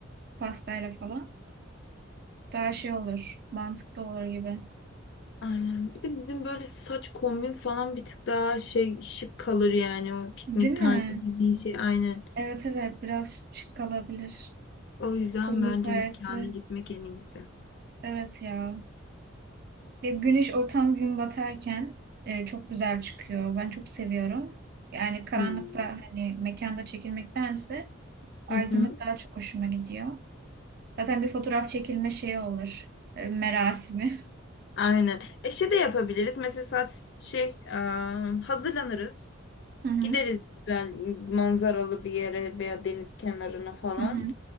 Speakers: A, on the right (about 50°); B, on the left (about 60°).
A: pastayla falan daha şey olur. Mantıklı olur gibi.
B: Aynen. Bir de bizim böyle saç kombin falan bir tık daha şey şık kalır yani o piknik
A: Değil mi?
B: tarzı dediği şey. Aynen.
A: Evet evet biraz şık kalabilir.
B: O yüzden
A: Pullu
B: bence
A: payetli.
B: mekana gitmek en iyisi.
A: Evet ya. Ya güneş o tam gün batarken e, çok güzel çıkıyor. Ben çok seviyorum. Yani karanlıkta
B: Hmm.
A: hani mekanda çekilmektense aydınlık
B: Hı hı.
A: daha çok hoşuma gidiyor. Zaten bir fotoğraf çekilme şeyi olur. e, Merasimi.
B: Aynen. E şey de yapabiliriz. Mesela saat- şey e, hazırlanırız.
A: Hı hı.
B: Gideriz güzel manzaralı bir yere veya deniz kenarına falan.
A: Hı hı.